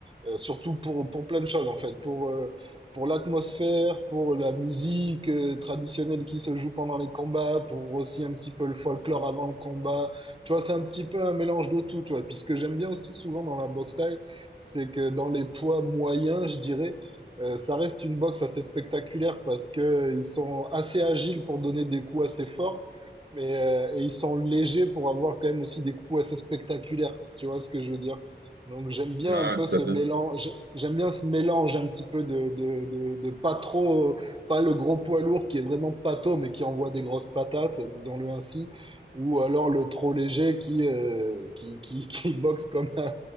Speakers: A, on the right; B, on the right.
A: euh, surtout pour, pour plein de choses, en fait. Pour, euh, pour l'atmosphère, pour la musique euh, traditionnelle qui se joue pendant les combats, pour aussi un petit peu le folklore avant le combat. Tu vois, c'est un petit peu un mélange de tout, tu vois. Puis ce que j'aime bien aussi souvent dans la boxe thaï, c'est que dans les poids moyens, je dirais, euh, ça reste une boxe assez spectaculaire parce que euh, ils sont assez agiles pour donner des coups assez forts, mais euh, et ils sont légers pour avoir quand même aussi des coups assez spectaculaires. Tu vois ce que je veux dire? Donc j'aime bien
B: Ouais,
A: un peu
B: tout
A: ce
B: à fait.
A: mélange, j'aime bien ce mélange un petit peu de, de, de, de pas trop, pas le gros poids lourd qui est vraiment pâteau mais qui envoie des grosses patates, disons-le ainsi, ou alors le trop léger qui, euh, qui, qui, qui boxe comme un,